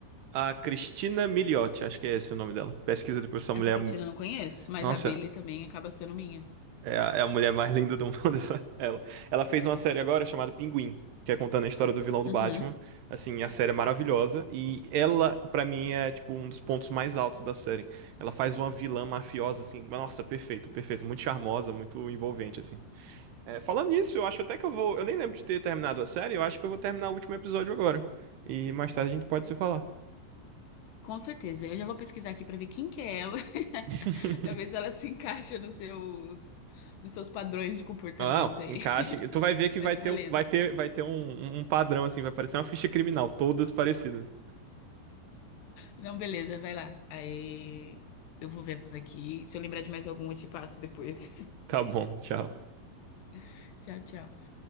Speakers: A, on the right; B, on the left.
A: a Cristina Milioti, acho que é esse o nome dela. Pesquisa depois essa mulher,
B: Essa Cristina eu não conheço, mas
A: nossa,
B: a Billie também acaba sendo minha.
A: é a, é a mulher mais linda do mundo <laughs> essa ela. Ela fez uma série agora chamada Pinguim, que é contando a história do vilão do
B: Uhum.
A: Batman. Assim, a série é maravilhosa e ela pra mim é tipo um dos pontos mais altos da série. Ela faz uma vilã mafiosa assim, nossa, perfeita, perfeita, muito charmosa, muito envolvente assim. É, falando nisso, eu acho até que eu vou. Eu nem lembro de ter terminado a série, eu acho que eu vou terminar o último episódio agora. E mais tarde a gente pode se falar.
B: Com certeza. Eu já vou pesquisar aqui pra ver quem que é ela. <laughs>
A: <laughs>
B: Pra ver se ela se encaixa nos seus, nos seus padrões de comportamento
A: Não,
B: aí.
A: encaixe.
B: <laughs>
A: Tu vai ver que
B: Mas
A: vai
B: beleza.
A: ter, o- vai ter, vai ter um, um padrão, assim, vai parecer uma ficha criminal, todas parecidas.
B: Não, beleza, vai lá. Aí eu vou vendo aqui. Se eu lembrar de mais algum, eu te passo depois.
A: Tá bom, tchau.
B: <laughs> Tchau, tchau.